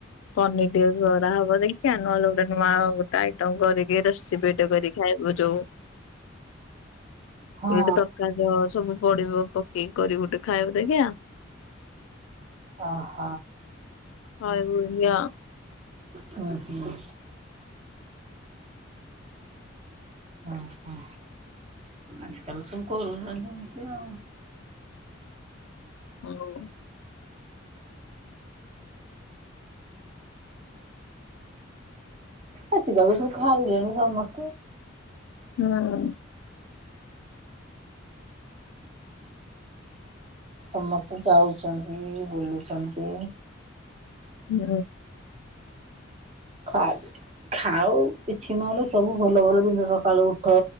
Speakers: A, on the left (about 85°); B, on the right (about 30°).
A: ପନିର ଟିକେ ଖରା ହବ ଦେଖିବା ନହେଲେ ଗୋଟେ ନୂଆ ଗୋଟେ ଆଇଟମ କରିକି ଭିଡୁଅ କରିକି ଖାଇବୁ ଯୋଉ
B: ହଁ
A: ଗୋଟେ ତରକାରୀ ସବୁ ପଡିବ ପକେଇକି କରି ଗୋଟେ ଖାଇବୁ ଦେଖିଆ।
B: ଅ ହ।
A: ଖାଇବୁ ୟ ଅ।
B: ହୁଁ ହୁଁ। ହଁ ହ। ଆଜି କାଲି ସବୁ କରୁଛନ୍ତି ଏମିତି ଆଉ।
A: ଆଉ।
B: ଆଛିିକାଲିସବୁ ଖାଇିଲେଣି ସମସ୍ତେ।
A: ହୁଁ।
B: ସମସ୍ତେ ଯାଉଛନ୍ତି ବୁଲୁଛନ୍ତି।
A: ହୁଁ।
B: ଖ ଖାଉ କିଛି ନହେଲେ ସବୁ ଭଲ ଭଲ ଜିନିଷ ସକାଳୁ ଉଠ